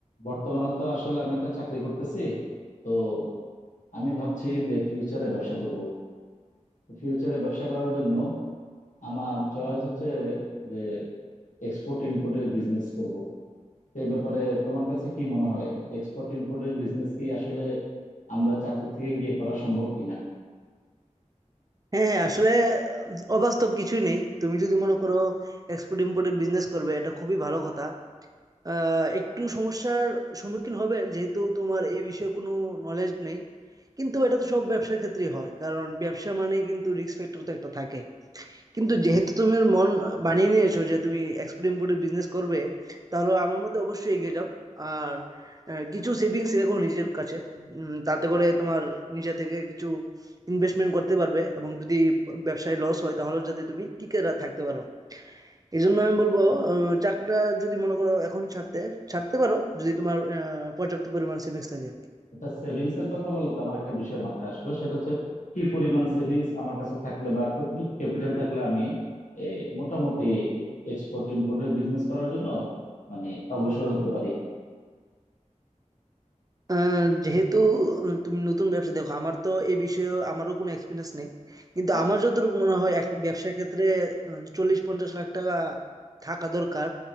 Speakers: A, on the left; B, on the right.
A: বর্তমানে তো আসলে আমি একটা চাকরি করতেছি তো আমি ভাবছি যে ফিউচারে ব্যবসা করব ফিউচারে ব্যবসা করার জন্য আমার চয়েস হচ্ছে যে এক্সপোর্ট ইম্পোর্টের বিজনেস করব তো এই ব্যাপারে তোমার কাছে কি মনে হয় এক্সপোর্ট ইম্পোর্টের বিজনেস কি আসলে আমরা চাকরি থেকে গিয়ে করা সম্ভব কিনা
B: হ্যাঁ হ্যাঁ আসলে আহ, অবাস্তব কিছুই নেই তুমি যদি মনে করো এক্সপোর্ট ইম্পোর্টের বিজনেস করবে এটা খুবই ভালো কথা আহ, একটু সমস্যার সম্মুখীন হবে যেহেতু তোমার এই বিষয়ে কোনো নলেজ নেই কিন্তু এটা তো সব ব্যবসার ক্ষেত্রেই হয় কারণ ব্যবসা মানে কিন্তু রিস্ক ফ্যাক্টর তো একটা থাকে কিন্তু যেহেতু তুমি ওর মন বানিয়ে নিয়েছো যে তুমি এক্সপোর্ট ইমপোর্টের বিজনেস করবে তাহলে আমার মতে অবশ্যই এগিয়ে যাও আর আহ, কিছু সেভিংস রেখো নিজের কাছে উম, তাতে করে তোমার নিজে থেকে কিছু ইনভেস্টমেন্ট করতে পারবে এবং যদি ব্যবসায় লস হয় তাহলে যাতে তুমি টিকে রা- থাকতে পারো এই জন্য আমি বলবো আহ, চাকরিটা যদি মনে করো এখন ছাড়তে ছাড়তে পারো যদি তোমার আহ, পর্যাপ্ত পরিমাণ সেভিংস থাকে
A: আচ্ছা সেভিংস এর কথা বলো তো আমার একটা বিষয় মাথায় আসলো সেটা হচ্ছে কি পরিমাণ সেভিংস আমার কাছে থাকলে বা কতটুকু ক্যাপিটাল থাকলে আমি এ, মোটামুটি এক্সপোর্ট ইমপোর্টের বিজনেস করার জন্য মানে অগ্রসর হতে পারি
B: আহ, যেহেতু উম, তুমি নতুন ব্যবসা দেখো আমার তো এই বিষয়ে আমারও কোনো এক্সপিরিয়েন্স নেই কিন্তু
A: আর
B: আমার যতটুকু মনে হয় একটা ব্যবসার ক্ষেত্রে চল্লিশ পঞ্চাশ লাখ টাকা থাকা দরকার